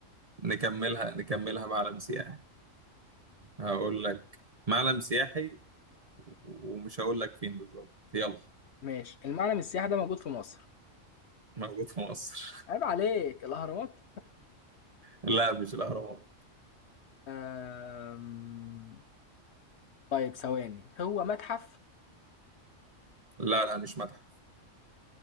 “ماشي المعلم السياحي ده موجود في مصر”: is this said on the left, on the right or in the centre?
Left